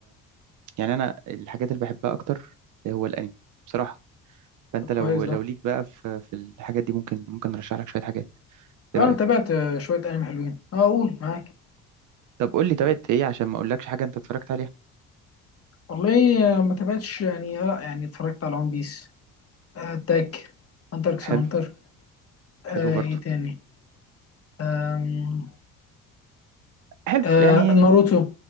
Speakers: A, on the right (about 50°); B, on the left (about 35°).
A: يعني انا الحاجات اللي بحبها اكتر هو الانمي بصراحة فانت
B: طب
A: لو
B: كويس ده.
A: لو ليك بقى في في الحاجات دي ممكن ممكن ارشح لك شوية حاجات
B: آه،
A: ايه رأيك
B: انا تابعت آه، شوية انمي حلوين. اه اقول معاك.
A: طب قول لي تابعت ايه إيه عشان ما اقولكش حاجة انت اتفرجت عليها
B: والله آه، ما تابعتش يعني آه، لا يعني اتفرجت على ون بيس، اتاك، هانتر اكس
A: حلو
B: هانتر، آه،
A: حلو برضو
B: ايه تاني؟ آم،
A: حلو
B: آه،
A: يعني
B: ناروتو